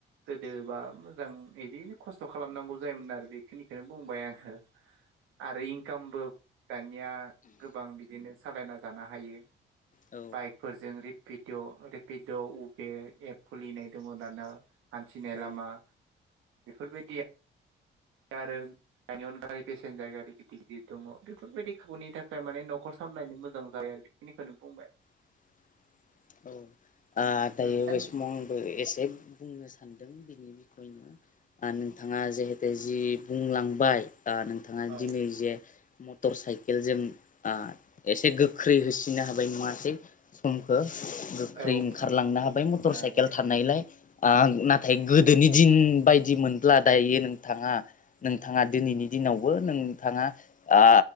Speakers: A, on the right (about 85°); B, on the left (about 40°).
A: गोदोबा मोजां बिदिनो खस्थ' खालामनांगौ जायोमोन आरो बेखिनिखौनो बुंबाय आंङो आरो इनकामबो दानिया गोबां बिदिनो सालायना जानो हायो
B: औ
A: बाइकफोरजों रि रेपिदिअ रेपिडअ उबे एप खुलिनाय दंङ दाना हान्थिनाय
B: औ
A: लामा बेफोरबायदिया आरो दानि अनगा पेसेन्जार गारि गिदिर गिदिर दंङ बेफोरबायदि खाबुनि थाखाय माने न'खर स खालामलायनो मोजां जाबाय आरो बेखिनिखौनो बुंबाय
B: <inaudible> ओ दायो
A: उम दा
B: बे
A: उम
B: समाव आंबो एसे बुंनो सान्दों बिखयनो नोंथाङा जिहेते जि बुंलांबाय ओ नोंथाङा
A: औ
B: दिनै जे म मटर साइकेलजों ओ एसे गोख्रै होसिननो हाबाय नङासै समखौ गोख्रै
A: औ
B: ओंखारलांनो
A: समफोरखौ
B: हाबाय
A: होसोना
B: मटर साइकेल
A: होबाय
B: थानायलाय
A: औ
B: ओ नाथाय गोदोनि दिन
A: उम
B: बायदि मोनब्ला दायो नोंथाङा नोंथ नोंथाङा दिनैनि दिनावबो नोंथाङा ओ